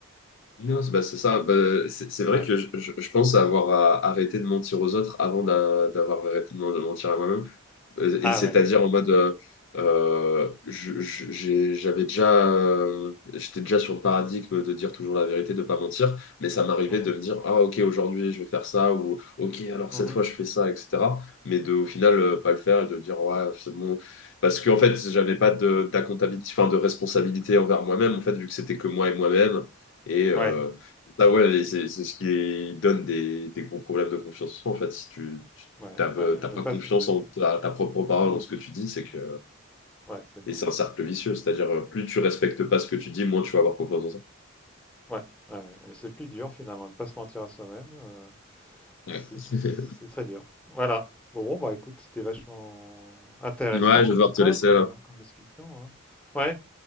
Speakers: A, on the left; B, in the centre.
A: Non, c'est bah, c'est ça.
B: Ah,
A: Bah, c'est c'est vrai
B: ouais.
A: que je, je- je pense avoir à- arrêté de mentir aux autres avant d'a- d'avoir arrêté de men- de mentir à moi-même. Euh, Et
B: Ah,
A: c'est-à-dire
B: ouais.
A: en mode, euh, euh, je- je- j'ai- j'avais déjà, euh, j'étais déjà sur le paradigme de dire toujours la vérité, de pas mentir, mais ça m'arrivait
B: Mhm.
A: de me dire, ah ok, aujourd'hui je vais faire ça, ou ok, alors
B: Mhm.
A: cette fois je fais ça, etc. Mais de, au final, euh, pas le faire et de dire, ouais, c'est bon. Parce qu'en fait, j'avais pas de, d'accountability, enfin, de responsabilité envers moi-même, en fait, vu que c'était que moi et moi-même. Et euh,
B: Ouais.
A: ça, ouais, et c'est c'est ce qui donne des, des gros problèmes de confiance en soi, en fait, si tu, si
B: Ouais,
A: t'as be-
B: ouais, ouais.
A: t'as
B: Ne
A: pas
B: pas,
A: confiance
B: ne-
A: en ta, ta propre parole, en ce que tu dis, c'est que
B: ouais, c'est mort.
A: et c'est un cercle vicieux, c'est-à-dire euh, plus tu respectes pas ce que tu dis, moins tu vas avoir confiance en ça.
B: Ouais, ouais, ouais. Mais c'est plus dur, finalement, de ne pas se mentir à soi-même. euh,
A: Ouais,
B: c'est
A: <laughs>
B: c'est- c'est très dur. Voilà. Bon, bon, bah écoute, c'était vachement intéressant,
A: ouais, je vais devoir
B: en tout
A: te
B: cas,
A: laisser
B: comme,
A: là.
B: euh, comme discussion. hein. Ouais.